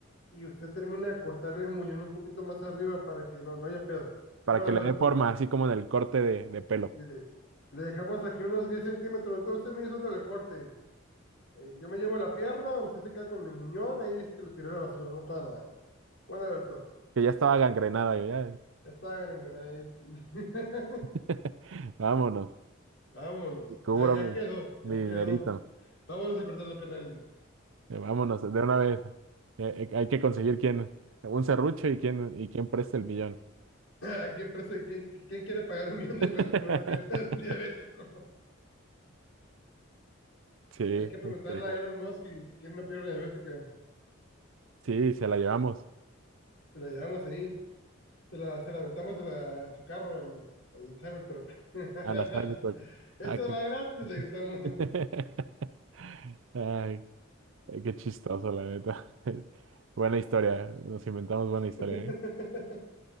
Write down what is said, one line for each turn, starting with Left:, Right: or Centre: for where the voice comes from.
Left: y usted termina de cortarle el muñón un poquito más arriba para que no, no haya pedo.
Right: para
Left: ¿Cómo la
Right: que
Left: ve,
Right: le
Left: doctor?
Right: dé forma, así como en el corte de, de pelo,
Left: Y le, le dejamos aquí unos 10 centímetros, doctor, usted me dice dónde le corte. Eh, yo me llevo la pierna, usted se queda con el muñón, ahí dice que lo tiró a la basura, no para nada. ¿Cuál es, doctor?
Right: que ya estaba gangrenada. yo ya.
Left: Ya está, Granguena, ahí. <laughs>
Right: <laughs> Vámonos,
Left: Vámonos,
Right: y cubro
Left: ya, ya
Right: mi,
Left: quedó, ya
Right: mi dinerito.
Left: quedó. Vámonos a cortar la pierna. a <laughs>
Right: Eh, Vámonos, de una vez. Eh, eh, hay que conseguir quién, un serrucho y quién, y quién preste el millón.
Left: ¿A quién, prese- quién- quién quiere pagar un millón de
Right: <laughs>
Left: pesos por una pierna <laughs> de un diabético?
Right: Sí,
Left: Hay que preguntarle
Right: estaría
Left: a
Right: bueno.
Left: Elon Musk y si quiere una pierna diabética.
Right: Sí, se la llevamos.
Left: Se la llevamos ahí. Se la, se la aventamos a, la- a su carro, al, al Cybertruck. <laughs>
Right: A la Cybertruck.
Left: Eso
Right: Ah, qué...
Left: va gratis, le gritamos.
Right: <laughs> Ay, qué chistoso, la neta. <laughs> Buena historia. Nos inventamos buena historia,
Left: <laughs>
Right: ¿eh?